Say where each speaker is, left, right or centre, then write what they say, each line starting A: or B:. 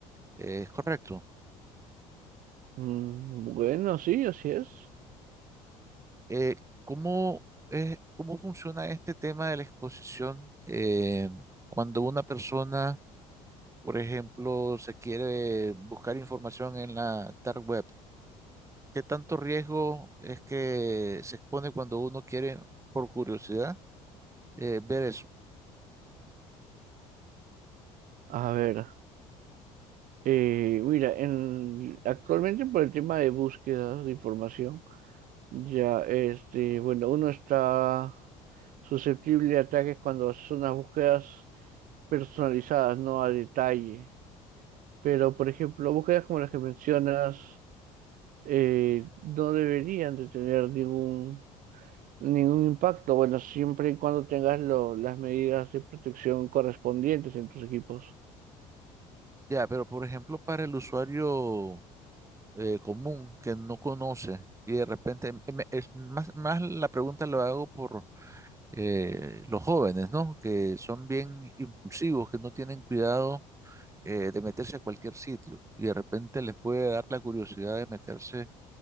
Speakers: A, on the right; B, on the right.
A: eh, ¿es correcto?
B: Mm, bueno, sí, así es.
A: Eh, ¿cómo es- cómo funciona este tema de la exposición eh, cuando una persona, por ejemplo, se quiere buscar información en la dark web? ¿Qué tanto riesgo es que se expone cuando uno quiere, por curiosidad? eh, ver eso.
B: A ver, eh, mira, en, actualmente por el tema de búsqueda de información, ya, este, bueno, uno está susceptible a ataques cuando son unas búsquedas personalizadas, no a detalle. Pero, por ejemplo, búsquedas como las que mencionas, eh, no deberían de tener ningún Ningún impacto, bueno, siempre y cuando tengas lo- las medidas de protección correspondientes en tus equipos.
A: Ya, pero por ejemplo, para el usuario eh, común que no conoce y de repente, em- em- es más, más la pregunta lo hago por eh, los jóvenes, ¿no? Que son bien impulsivos, que no tienen cuidado eh, de meterse a cualquier sitio y de repente les puede dar la curiosidad de meterse